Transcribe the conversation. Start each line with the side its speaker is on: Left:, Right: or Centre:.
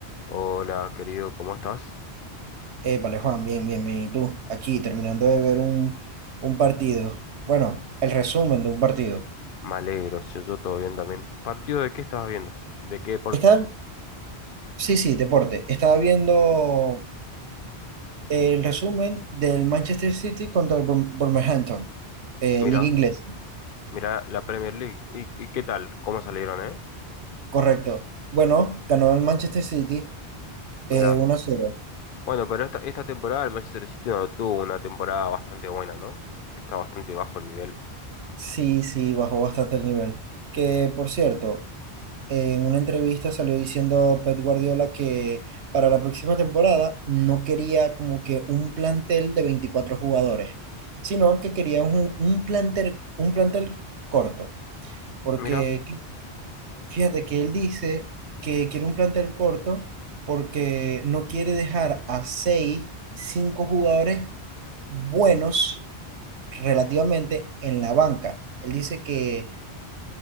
Left: Hola, querido, ¿cómo estás?
Right: Eh, vale, Juan, bien, bien, bien. ¿Y tú? Aquí, terminando de ver un, un partido. Bueno, el resumen de un partido.
Left: Me alegro, yo, yo todo bien también. ¿Partido de qué estabas viendo? ¿De qué deportes?
Right: Está, sí, sí, deporte. Estaba viendo el resumen del Manchester City contra el Bur- Wolverhampton, eh,
Left: Mira,
Right: Liga Inglesa.
Left: mira la Premier League. ¿Y, y qué tal? ¿Cómo salieron, eh?
Right: Correcto. Bueno, ganó el Manchester City
Left: Mira.
Right: eh, uno a cero.
Left: Bueno, pero esta, esta temporada el Manchester City no tuvo una temporada bastante buena, ¿no? Está bastante bajo el nivel.
Right: Sí, sí, bajó bastante el nivel. Que, por cierto, en una entrevista salió diciendo Pep Guardiola que para la próxima temporada no quería como que un plantel de 24 jugadores, sino que quería un, un plantel, un plantel corto, porque
Left: Mira,
Right: que- fíjate que él dice que quiere un plantel corto porque no quiere dejar a 6 5 jugadores buenos relativamente en la banca. Él dice que